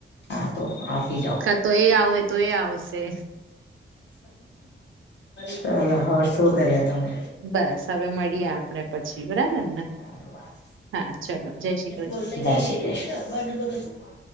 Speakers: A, on the left (about 60°); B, on the right (about 80°).
A: હા તો આપી જાઓ.
B: ા તો એ આવે તો એ આવશે.
A: ચલો હોર શું કર્યા તમે.?
B: બસ હવે મળીએ આપણે પછી બરાબર ને.?
A: ચાલો વાત
B: હા ચલો જય શ્રીક
A: જય શ્રી કૃષ્ણ. <unintelligible>